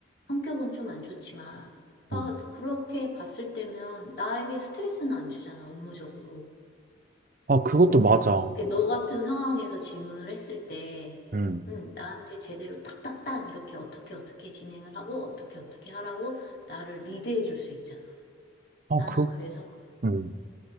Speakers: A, on the left; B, on the right.
A: 성격은 좀 안 좋지만. 봐,
B: 음.
A: 그렇게 봤을 때면 나에게 스트레스는 안 주잖아, 업무적으로.
B: 아, 그것도
A: 어,
B: 맞아.
A: 내가 그렇게 너 같은 상황에서 질문을 했을 때,
B: 음.
A: 음, 나한테 제대로 딱딱딱 이렇게 어떻게 어떻게 진행을 하고 어떻게 어떻게 하라고 나를 리드해 줄 수 있잖아.
B: 아,
A: 나는
B: 그,
A: 그래서,
B: 음.